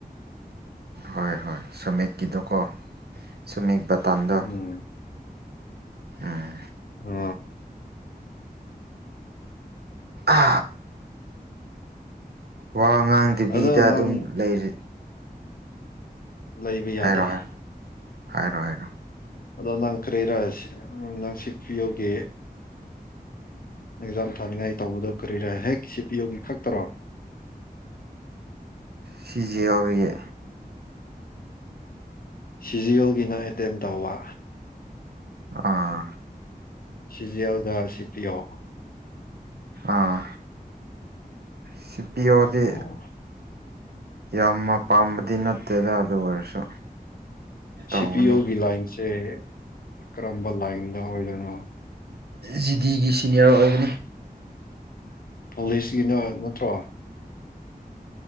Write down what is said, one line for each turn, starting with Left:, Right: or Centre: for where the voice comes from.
Right: ꯍꯣꯏ ꯍꯣꯏ ꯁꯃꯤꯛꯀꯤꯗꯣꯀꯣ ꯁꯃꯤ ꯇꯗ
Left: ꯎꯝ
Right: ꯎꯝ
Left: ꯑ
Right: ꯑ ꯋꯥꯉꯥꯡꯗꯨꯕꯤꯗ
Left: ꯑꯗꯣ ꯅꯪ
Right: ꯑꯗꯨꯝ ꯂꯩꯔꯤ
Left: ꯂꯩꯕ
Right: ꯍꯥꯏꯔꯣ
Left: ꯌꯥꯗꯦ
Right: ꯍꯥꯏꯔꯣ ꯍꯥꯏꯔꯣ ꯍꯥꯏꯔꯣ
Left: ꯑꯗꯣ ꯅꯪ ꯀ꯭ꯔꯦꯔ ꯎ ꯅꯪ ꯁꯤꯠꯄꯤꯌꯣꯒꯦ ꯑꯦꯛꯖꯥꯝ ꯊꯥꯅꯤꯡꯉꯥꯏ ꯇꯧꯕꯗꯣ ꯀꯔꯤꯔ ꯍꯦꯛ ꯁꯤꯠ ꯄꯤꯌꯣꯒꯤ ꯈꯛꯇꯔꯣ
Right: ꯁꯤꯖꯤ ꯑꯣꯏꯒꯤ
Left: ꯁꯤꯖꯤꯌꯜꯒꯤꯅ ꯑꯦꯇꯦꯝ ꯇꯧꯕ
Right: ꯑꯥ
Left: ꯁꯤꯖꯦꯜ ꯗ ꯁꯤ ꯄꯤ ꯑꯣ
Right: ꯑꯥ ꯁꯤ ꯄꯤ ꯑꯣꯗꯤ
Left: ꯑꯣ
Right: ꯌꯥꯝꯅ ꯄꯥꯝꯕꯗꯤ ꯅꯠꯇꯦꯗ ꯑꯗꯨ ꯑꯣꯏꯔꯁꯨ ꯇꯧꯕꯅꯤ
Left: ꯁꯤ ꯄꯤ ꯑꯣꯒꯤ ꯂꯥꯏꯟꯁꯦ ꯀꯔꯝꯕ ꯂꯥꯏꯟꯅ ꯑꯣꯏꯗꯣꯏꯅꯣ
Right: ꯖꯤꯗꯤꯒꯤ ꯁꯤꯅꯤꯌꯔ ꯑꯣꯏꯒꯅꯤ
Left: ꯄꯨꯂꯤꯁꯀꯤꯅ ꯅꯠꯇ꯭ꯔꯣ